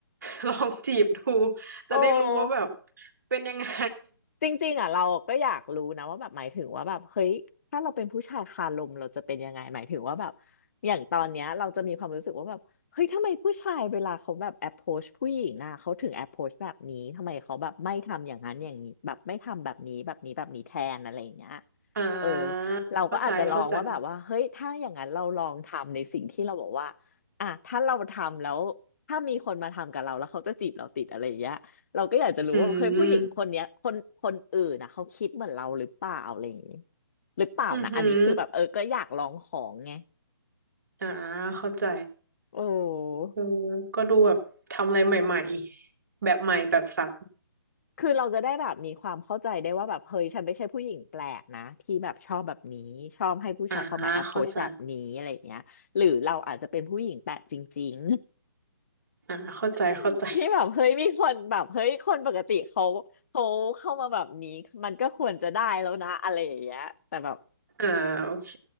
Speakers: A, on the right (about 50°); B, on the left (about 40°).
A: <laughs> ลองจีบดู
B: โอ้
A: จะได้รู้ว่าแบบเป็นยังไง
B: จริงๆอ่ะเราก็อยากรู้นะว่าแบบหมายถึงว่าแบบเฮ้ยถ้าเราเป็นผู้ชายคาลมเราจะเป็นยังไงหมายถึงว่าแบบอย่างตอนเนี้ยเราจะมีความรู้สึกว่าแบบเฮ้ยทำไมผู้ชายเวลาเขาแบบ approach ผู้หญิงอ่ะเขาถึง approach แบบนี้ทำไมเขาแบบไม่ทำอย่างนั้นอย่างนี้แบบไม่ทำแบบนี้แบบนี้แบบนี้แทนอะไรอย่างเงี้ย
A: <laughs> อ่าเข้าใจเข้าใจ
B: เออเราก็อาจจะลองว่าแบบว่าเฮ้ยถ้าอย่างนั้นเราลองทำในสิ่งที่เราบอกว่าอ่ะถ้าเราทำแล้วถ้ามีคนมาทำกับเราแล้วเขาจะจีบเราติดอะไรอย่างเงี้ย เราก็อยากจะรู้ว่าเฮ้ยผู้หญิงคนเนี้ยคนคนอื่นนะเขาคิดเหมือนเราหรือเปล่าอะไรอย่างนี้
A: อืม
B: หรือเปล่านะอันนี้คือแบบเออก็อยากลองของไง
A: อือหืออ่าเข้าใจ
B: โอ้
A: เออก็ดูแบบทำอะไรใหม่ๆแบบใหม่แบบสับ
B: คือเราจะได้แบบมีความเข้าใจได้ว่าแบบเฮ้ยฉันไม่ใช่ผู้หญิงแปลกนะที่แบบชอบแบบนี้ชอบให้ผู้ชายเข้ามา
A: อ่า
B: approach
A: เข้าใจ
B: แบบนี้อะไรอย่างเงี้ยหรือเราอาจจะเป็นผู้หญิงแปลกจริงๆ
A: อ่าเข้าใจเข้าใจ
B: <laughs> ที่แบบเฮ้ยมีคนแบบเฮ้ยคนปกติเขาเขาเข้ามาแบบนี้มันก็ควรจะได้แล้วนะอะไรอย่างเงี้ยแต่แบบ
A: <laughs> อ่าโอเค